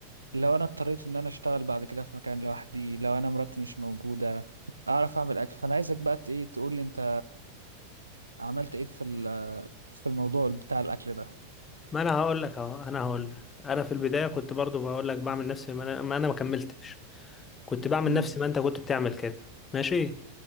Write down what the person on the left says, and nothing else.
ما أنا هقول لك أهو أنا هقول لك أنا في البداية كنت برضو بقول لك بعمل نفسي ما أنا ما أنا ما كملتش كنت بعمل
نفس ما انت كنت بتعمل كده ماشي